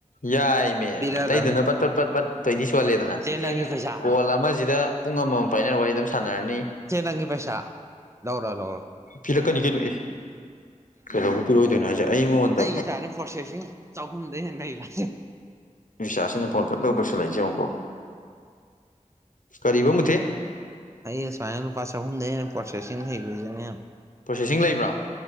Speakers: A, on the left; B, on the right.
A: ꯌꯥꯏꯃꯦ
B: ꯄꯤꯔꯛꯑꯗꯝꯅꯤ
A: ꯑꯇꯩꯗꯨꯅ ꯄꯠ ꯄꯠ ꯄꯠ ꯄꯠ ꯇꯣꯏꯅꯤ ꯁꯣꯜꯂꯦꯗꯅ
B: ꯆꯦ ꯅꯪꯒꯤ ꯄꯩꯁꯥꯅꯤ
A: ꯀꯣꯜ ꯑꯃꯁꯤꯗ ꯄꯨꯡ ꯑꯃꯃꯝ ꯄꯥꯏꯅꯔ ꯋꯥꯔꯤ ꯑꯗꯨꯝ ꯁꯥꯟꯅꯔꯅꯤ
B: ꯆꯦ ꯅꯪꯒꯤ ꯄꯩꯁꯥ ꯂꯧꯔꯣ ꯂꯧꯔꯣ
A: ꯄꯤꯔꯛꯀꯅꯤ ꯀꯩꯅꯣ ꯑꯦ ꯀꯩꯗꯧꯕ ꯄꯤꯔꯛꯏꯗꯣꯏꯅꯣ ꯍꯥꯏꯁꯦ ꯑꯩꯉꯣꯟꯗ
B: ꯑꯩ ꯏꯁꯥꯅ ꯄ꯭ꯔꯣꯁꯦꯁꯤꯡ ꯆꯍꯨꯝꯗ ꯍꯦꯟꯅ ꯂꯩꯕ꯭ꯔꯦ
A: ꯅꯨꯆꯥꯁꯤꯅ ꯐꯣꯟꯗ ꯇꯧꯗꯧꯁꯤꯜꯂꯛꯏꯁꯦ ꯑꯃꯨꯛꯀꯣ ꯀꯔꯤꯕꯔꯤꯕ ꯃꯨꯊꯤ
B: ꯑꯩ ꯁꯨꯃꯥꯏꯅ ꯂꯨꯄꯥ ꯆꯍꯨꯝꯗꯒꯤ ꯍꯦꯟꯅ ꯄ꯭ꯔꯣꯁꯦꯁꯤꯡ ꯍꯩꯔꯣꯏꯁꯤꯅꯦꯕ
A: ꯄ꯭ꯔꯣꯁꯦꯁꯤꯡ ꯂꯩꯕ꯭ꯔꯣ